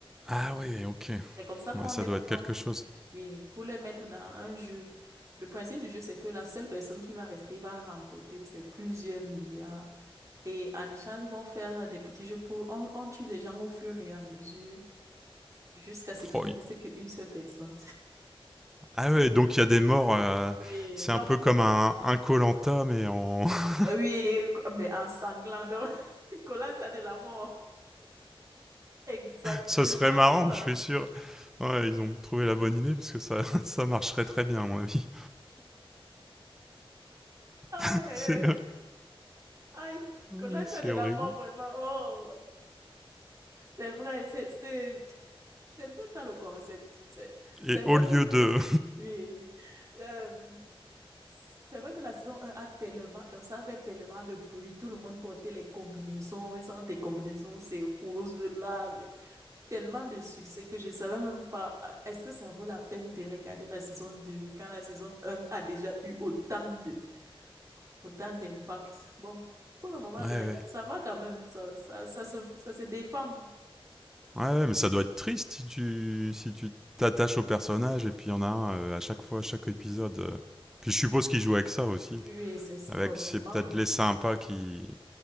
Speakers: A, in the centre; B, on the right (about 35°).
A: Ah ouais, ok.
B: C'est comme ça qu'on
A: Ouais, ça
B: les
A: doit
B: prend
A: être quelque
B: pour,
A: chose.
B: oui, pour les mettre dans un jeu. Le principe du jeu, c'est que la seule personne qui va rester va remporter c'est plusieurs milliards. Et en échange, ils vont faire des petits jeux pour... On, on tue les gens au fur et à mesure jusqu'à ce qu'il
A: Roy.
B: ne reste qu'une seule personne.
A: Ah ouais, donc il y a des morts. euh,
B: Oui,
A: c'est
B: non,
A: un peu comme un un koh mais en, <laughs>
B: oui, mais en sanglant. Donc, <laughs> Koh-Lanta de la mort. Exactement
A: ça serait marrant,
B: ça.
A: je suis sûr. Ouais, ils ont trouvé la bonne idée parce que ça, <laughs> ça marcherait très bien à mon avis.
B: Aïe,
A: <laughs>
B: aïe,
A: C'est,
B: aïe. Aïe.
A: oui,
B: Koh-Lanta
A: c'est
B: de la
A: horrible.
B: mort, vraiment. Oh, c'est vrai. C'est, c'est- C'est un peu ça le concept. C'est c'est
A: Et
B: vrai
A: au lieu
B: que,
A: de.
B: oui, Euh, c'est vrai que la saison un a tellement, donc ça fait tellement de bruit. Tout le monde portait les combinaisons. Ils ont des combinaisons, c'est rose là. le- Tellement de succès que je ne savais même pas. euh, Est-ce que ça vaut la peine de regarder la saison 2 quand la saison un a déjà eu autant de, autant d'impact? Bon, pour le moment,
A: Ouais,
B: je
A: ouais.
B: regarde. Ça va quand même. Ça, ça, ça se, ça se défend.
A: Ouais, mais ça doit être triste si tu si tu t'attaches au personnage et puis il y en a un euh,
B: Oui,
A: à chaque fois, à chaque épisode. euh. Puis je suppose qu'ils jouent avec ça aussi.
B: oui, c'est
A: Avec
B: forcément.
A: c'est peut-être les sympas qui